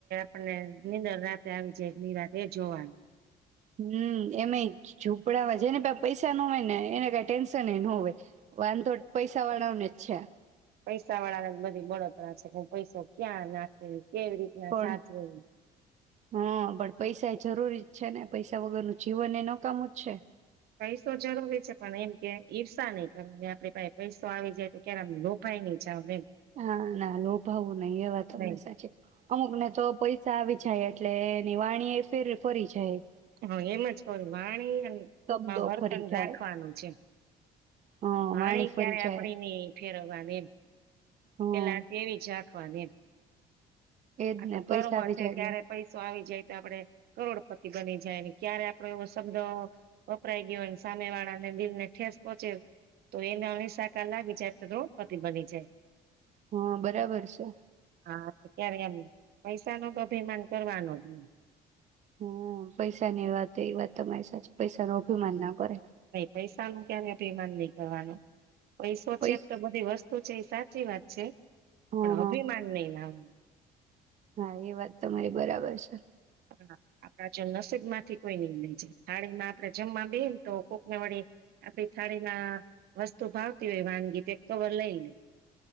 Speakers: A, on the right; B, on the right.
A: પણને નીંદર રાતે આવી જાય ની રાહ એ જોવાન
B: હમ્મ. એમે ઝૂંપડવા જેને પા પૈસા ના હોય ને એને કઈ ટેન્શન એ ના હોય. વાંધોટ પૈસા વાળા ઓને છા.
A: પૈસા વાળા ને બધી બળતરા છે, કે હું પૈસો ક્યાં નાખુ. કેવી રીતના
B: પણ
A: સાચવું.
B: હા પણ પૈસા એ જરૂરી જ છે ને, પૈસા વગરનું જીવન એ નકામું જ છે.
A: પૈસો જરૂરી છે, પણ એમ કે ઈર્ષા નહી કરવાની આપણી પાહે પૈસો આવી જાય તો, ક્યારે લોભાઈ નઈ જાવ એમ
B: હા, ના લોભાવું નઈ, એ વાત તમારી
A: નહી
B: સાચી. અમુક ને તો પૈસા આવી જાય એ એટલે નિવાણી એ ફેર ફરી જાય.
A: હા, એમજ કહુ વાણીમાં
B: શબ્દો
A: વર્તન
B: ફરી જાય
A: રાખવાનું છે.
B: હા
A: પાણી
B: વાણી ફરી
A: ક્યારે આપડે
B: જાય
A: ની ફેરવવાનું. <inaudible>
B: હા
A: પેલા તેવી છા રાખવાની એમ
B: એજ
A: આ તો
B: ને
A: કર્મ
B: પૈસા આવી
A: છે.
B: જાય એટલે
A: ક્યારે પૈસો આવી જાય તો, આપડે કરોડ પતિ બની જાય ને ક્યારે આપડો શબ્દ વપરાય ગયો હોય ને સામે વાળાને દિલને ઠેસ પહોંચે તો, એના <unintelligible> સાકાર લાગી જાય તો દ્રોપતિ બની જાય.
B: હા, બરાબર છે.
A: હા ત્યારે એમ પૈસા નો તો અભિમાન કરવાનો જ નય.
B: હા, પૈસાની વાત એ વાત તમારી સાચ પૈસા નું અભિમાન ના કરાય.
A: નઈ પૈસા નું ક્યારે અભીમાન નય કરવાનું. પૈસો
B: પૈસા
A: છેજ તો, બધી વસ્તુ છે. એ સાચ સાચી વાત છે
B: હા
A: પણ
B: હા
A: અભિમાન નઈ લાવવાનું
B: હા એ વાત તમારી બરાબર છે.
A: હા. આપડા જો નસીબ માંથી કોઈ નઈ લઈ જાય. થાળીમાં આપડે જમવા બેહે તો કોકને વડી, આપડી થાળીમાં વસ્તુ ભાવતી હોય, વાનગી તે એક કવર લઈ લે.